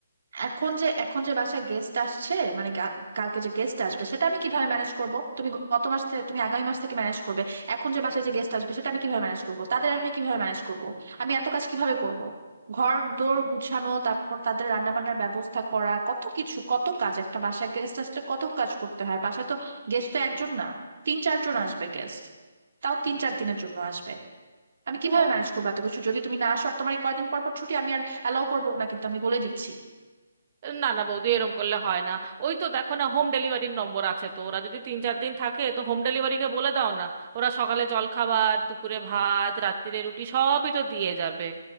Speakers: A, on the right; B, on the right.
A: এখন যে এখন যে বাসায় গেস্ট আসছে মানে গা- কালকে যে গেস্ট আসবে সেটা আমি কিভাবে ম্যানেজ করব তুমি গত মাস থেকে তুমি আগামী মাস থেকে ম্যানেজ করবে এখন যে বাসায় যে গেস্ট আসবে সেটা আমি কিভাবে ম্যানেজ করব তাদের আমি কিভাবে ম্যানেজ করব আমি এত কাজ কিভাবে করব ঘর দোর গুছানো তারপর তাদের রান্না বান্নার ব্যবস্থা করা কত কিছু কত কাজ একটা বাসায় গেস্ট আসলে কত কাজ করতে হয় বাসায় তো গেস্ট তো একজন না তিন চারজন আসবে গেস্ট তাও তিন চার দিনের জন্য আসবে আমি
B: তো
A: কিভাবে ম্যানেজ করবো এত কিছু যদি তুমি না আসো আর তোমার এই কয়দিন পর পর ছুটি আমি আর অ্যালাউ করবো না কিন্তু আমি বলে দিচ্ছি
B: না না বৌদি এরম করলে হয় না ওই তো দেখো না হোম ডেলিভারির নম্বর আছে তো ওরা যদি তিন চার দিন থাকে তো হোম ডেলিভারিকে বলে দাও না ওরা সকালে জলখাবার দুপুরে ভাত রাত্তিরে রুটি সবই তো দিয়ে যাবে